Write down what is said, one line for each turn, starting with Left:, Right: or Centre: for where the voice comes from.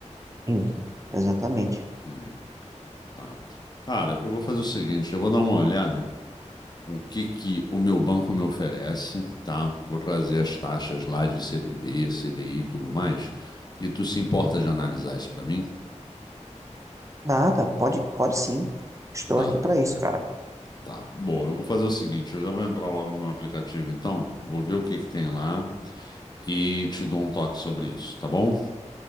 Right: Isso, exatamente.
Left: Entendi. Tá. Cara, eu vou fazer o seguinte, eu vou dar uma olhada o que que o meu banco me oferece, tá? Vou trazer as taxas lá de CDB, CDI e tudo mais. E tu se importa de analisar isso para mim?
Right: Nada, pode, pode sim. Estou
Left: Tá,
Right: aqui para isso, cara.
Left: Tá, boa. Eu vou fazer o seguinte, eu já vou entrar logo no meu aplicativo, então, vou ver o que que tem lá e te dou um toque sobre isso, tá bom?